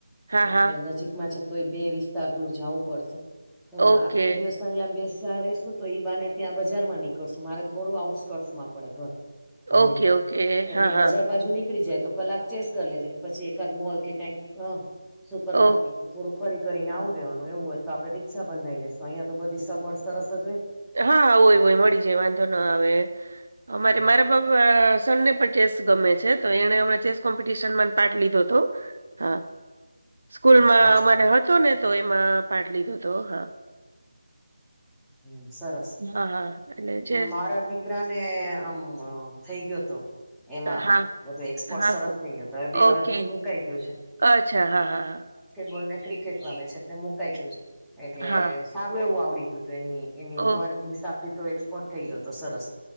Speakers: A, on the right (about 55°); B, in the centre.
A: હા
B: એટલે
A: હા
B: નજીકમાં છે, તો એ બે વિસ્તાર દૂર જાવું પડશે તમે તો
A: ઓકે
B: આખો દિવસ અહીંયા બેસા રસું તો ઈ બાને ત્યાં બજારમાં નીકળશું મારે થોડું આઉટકટમાં પડે ઘર હોમીનું
A: ઓકે ઓકે
B: એટલે
A: હા
B: એ બજાર
A: હા
B: બાજુ નીકળી જાય તો કલાક ચેસ કરી લેજે ને પછી એકાદ મોલ કે કાઈક સુપર
A: ઓ
B: માર્કેટ કે થોડું ફરી કરીને આવું રહેવાનું એવું હોય તો આપડે રીક્ષા બંધાઈ લેશું અહંયા તો બધી સગવડ સરસ જ હોય
A: હા હોય હોય મળી જાય વાંધો ન આવે અમારે
B: હમ
A: મારા બ અ સને પણ ચેસ ગમે છે, તો એનેમ ચેસ કોમ્પિટશન પાર્ટ લીધોતો હા સ્કૂલમાં
B: અચ્છા
A: અમારે હતો ને તો એમાં પાઠ લીધો તો હા
B: હમ સરસ
A: હા હા એટલે ચેસ
B: મારા દીકરા ને આમ થઈ ગયોતો એમાં
A: હા
B: બધું એક્સપર્ટ
A: હા
B: સરસ થઇ ગયો તો બે
A: ઓકે
B: વર્ષથી મુકાઈ ગયું છે.
A: અચ્છા હા હા હા
B: બોલ ને ક્રિકેટ રમે છે એટલે મુકાઈ ગયું છે, એટલે
A: હા
B: સારું એવું આવડી ગયું હતું એની એની
A: ઓ
B: ઉંમર હિસાબથી તો એક્સપોર્ટ થઈ ગયો હતો સરસ.